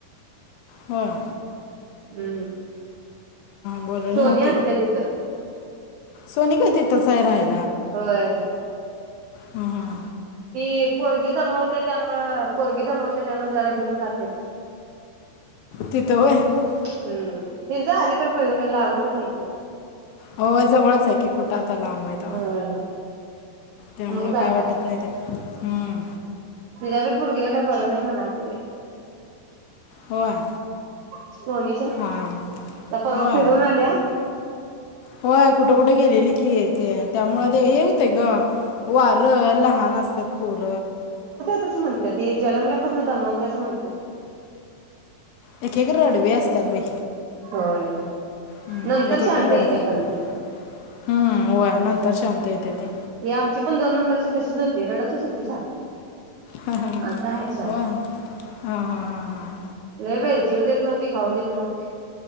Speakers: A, on the left; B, on the right.
A: हूं.
B: हूं.
A: बोलायला
B: सोनी
A: नव्हते
B: असतय तिथं.
A: सोनी काय तिथंच आहे राह
B: होय.
A: हूं हूं.
B: ती पोरगी दमावत्यात. त्यामुळ पोरगी दमवते त्यामुळे जरा घेऊन जाते तिथ.
A: तिथं होय हां
B: हूं त्यांच अलीकड पलीकड लागूनच हाय <inaudible>
A: होय जवळच हाय की कुठात आता लांबय तवा
B: होय.
A: त्यामुळ
B: मग जात्या
A: काय वाटत नाय ते हूं.
B: तिच्या बी पोरगीला काय बरं नाय म्हणालती बाय.
A: होय.
B: सोनीच्या
A: हां
B: त्या परवा
A: होय
B: फिरून आल्या.
A: होय कुठं कुठं गेलेले की ते त्यामुळ ते हे होतय ग वार लहान असतात. पोर
B: <unintelligible> म्हणत्यात जल्मल्यापासन दमवत्यात म्हणत्यात.
A: एके एक रडवी असतात बाई
B: होय.
A: हूं
B: नंतर
A: एक एक
B: शांत
A: रडतात
B: येत्या खरं ती
A: ह व नंतर शांत येत्याती.
B: ते आमची पण दोन नंबरची तशीच होती. रडतच होती सारखी.
A: हा हा हा
B: आता हाय शांत
A: होय हा हा.
B: वय बाई जेऊ देत नव्हती. खाऊ देत नव्हती. अ